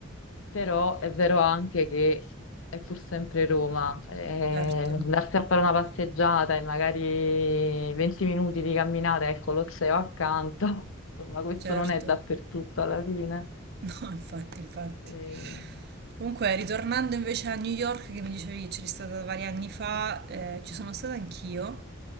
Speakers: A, on the left; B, on the right.
A: però è vero anche che è pur sempre Roma, eh,
B: certo,
A: andarsi a fare una passeggiata e magari 20 minuti di camminata e il Colosseo accanto, <laughs> insomma questo
B: certo.
A: non è dappertutto
B: <laughs>
A: alla fine,
B: No, infatti, infatti.
A: Eh,
B: Comunque, ritornando invece a New York, che mi dicevi che c'eri stata vari anni fa, eh, ci sono stata anch'io.